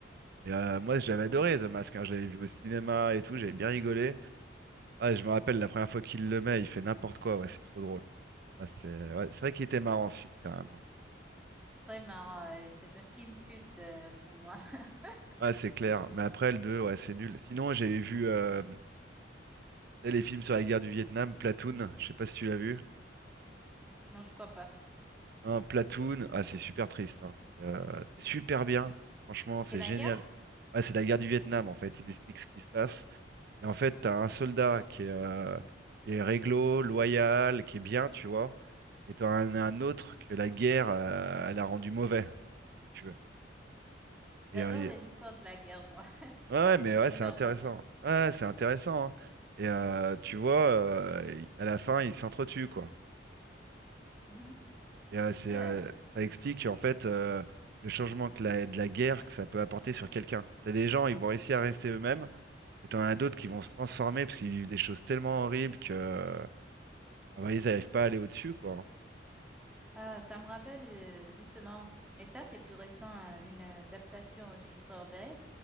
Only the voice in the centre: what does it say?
très marrant. euh, c'est un film culte euh, pour moi. <laughs>
Non, je crois pas.
C'est
la
guerre?
J'adore
les histoires de la guerre, moi, <laughs>
bizarrement.
Mhm.
Euh,
ah, ça me rappelle euh, justement, mais ça, c'est plus récent, euh, une adaptation d'une histoire vraie.